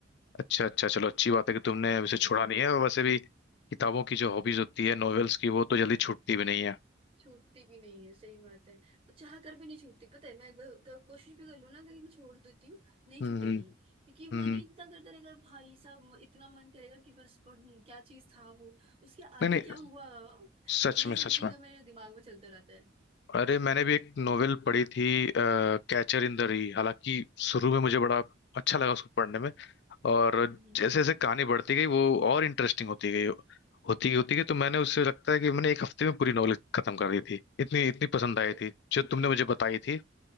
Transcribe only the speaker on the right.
हम्म
छूटती भी नहीं है सही बात है वो चाह कर भी नहीं छूटती पता है मैं एक बार क- कोशिश भी कर लूँ ना कहीं मैं छोड़ देती हूँ नहीं
छूटेगी
क्योंकि
मन ही इतना करता रहेगा भाई साहब म- इतना मन करेगा कि बस पढ़ूं क्या चीज था वो उसके आगे
क्या हुआ
ये
सब
चीजें
मेरे दिमाग में चलता रहता है
हम्म
हम्म